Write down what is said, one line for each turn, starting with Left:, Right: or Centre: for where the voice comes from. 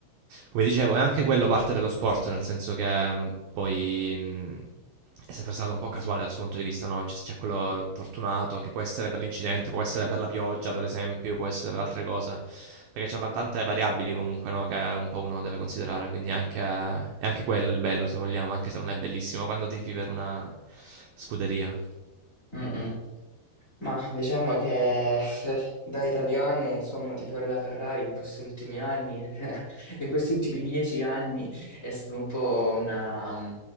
Right: come dicevo, è anche quello parte dello sport, nel senso che mh, poi mh, è sempre stato un po' casuale da questo punto di vista, no? C'è, c'è quello fortunato che può essere per l'incidente, può essere per la pioggia, per esempio, può essere per altre cose, perché ci sono tan- tante variabili comunque, no? Che un po' uno deve considerare, quindi anche- è anche quello il bello, se vogliamo, anche se non è bellissimo, quando tifi per una scuderia.
Left: mm, mm. Ma diciamo che <laughs> da italiano, insomma, tifare la Ferrari in questi ultimi anni, <laughs> in questi ultimi dieci anni è stato un po' una,